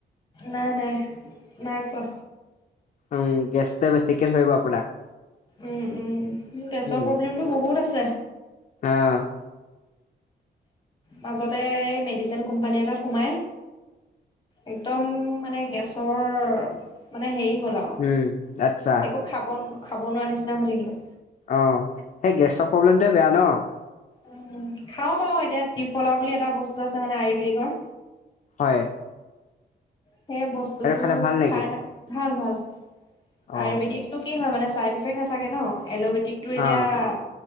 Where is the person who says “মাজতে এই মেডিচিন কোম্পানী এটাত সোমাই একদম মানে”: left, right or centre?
Left